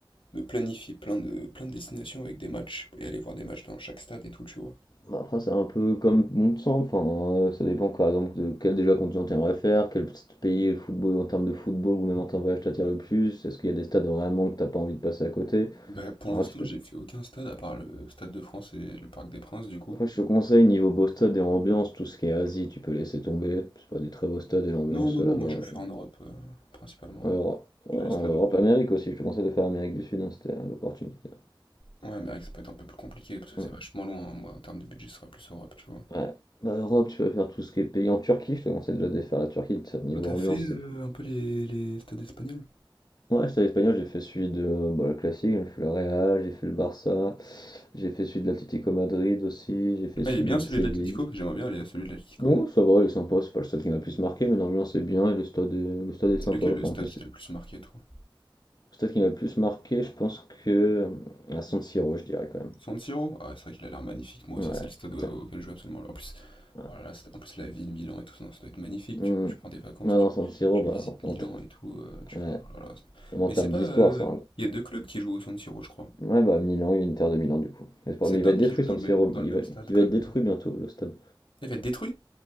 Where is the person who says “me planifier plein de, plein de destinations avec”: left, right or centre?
Left